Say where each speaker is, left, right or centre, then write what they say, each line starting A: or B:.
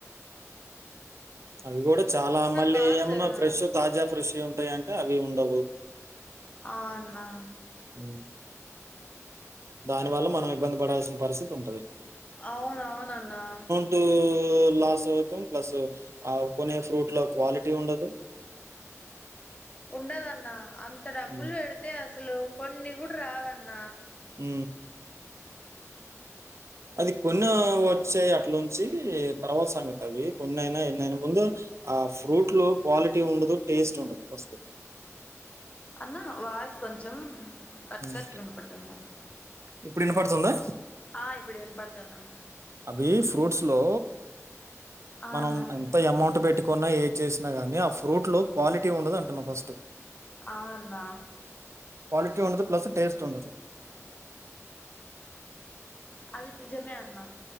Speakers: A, on the right (about 60°); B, on the left (about 25°).
A: అవి గుడా చాలా మళ్ళీ
B: కాస్ట్
A: ఏమన్నా
B: అన్న
A: ఫ్రెష్షు తాజా ఫ్రెష్ ఉంటాయ అంటే అవీ ఉండవు
B: ఆ అన్నా
A: ఊ దాని వల్ల మనం ఇబ్బంది బడాల్సిన పరిస్థితుంటది
B: అవునవునన్నా
A: టూ లాసవుతామ్ ప్లస్సు ఆ కొనే ఫ్రూట్ లో క్వాలిటీ ఉండదు
B: ఉండదన్న అంత డబ్బుల్
A: హ్మ్.
B: వెడితే అస్సలు కొన్ని గుడా రావన్న
A: ఊ అది కొన్నా వొచ్చే అట్లుంచి తర్వాత్ సంగతవి కొన్నైన ఎన్నైనా ముందు ఆ ఫ్రూట్ లో క్వాలిటీ ఉండుదు టేస్టుండదు ఫస్టు
B: అన్న వాయిస్ కొంచెం కట్
A: హ్మ్.
B: కట్ వినపడుతది అన్న
A: ఇప్పుడు ఇనపడుతుందా?
B: ఆ ఇప్పుడు వినపడుతుందన్న
A: అవి ఫ్రూట్స్ లో
B: ఆ
A: మనం
B: అన్న
A: అమౌంట్ పెటికోన్న ఏది చేసినా గానీ ఆ ఫ్రూట్ లో క్వాలిటీ ఉండదు అంటున్నా ఫస్ట్
B: ఆ అన్న
A: క్వాలిటీ ఉండదు ప్లస్ టేస్ట్ ఉండదు
B: అది నిజమే అన్నా